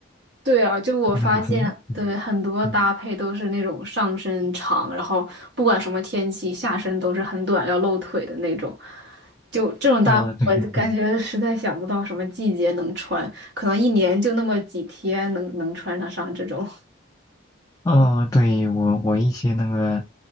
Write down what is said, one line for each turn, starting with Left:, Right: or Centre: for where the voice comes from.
Right: 对啊，就我发现，
Left: 就那种很，嗯
Right: 对，很多搭配都是那种上身长，
Left: 嗯，
Right: 然后不管什么天气，下身都是很短，要露腿的那种。就这种搭配我就感觉实在想不到什么季节能穿，
Left: 啊、对对对，
Right: 可能一年就那么几天能能穿得上这种。
Left: 哦，对，我我一些那个，